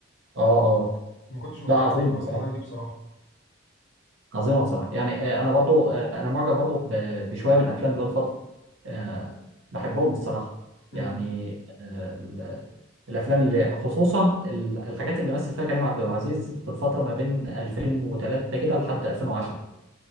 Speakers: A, on the right; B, on the left.
A: اه اه
B: ما كنتش متخيل
A: لا عظيمه
B: إن
A: بصراحه
B: الحلاوه دي بصراحه
A: عظيمه بصراحه يعني آه، انا برضو آه، انا معجب برضو ب- بشويه من افلام بلال فضل آه، بحبهم بصراحه
B: امم
A: يعني آه، ال- الافلام اللي خصوصا ال- الحاجات اللي مثل فيها كريم عبد العزيز في الفتره ما بين 2003 كده لحد 2010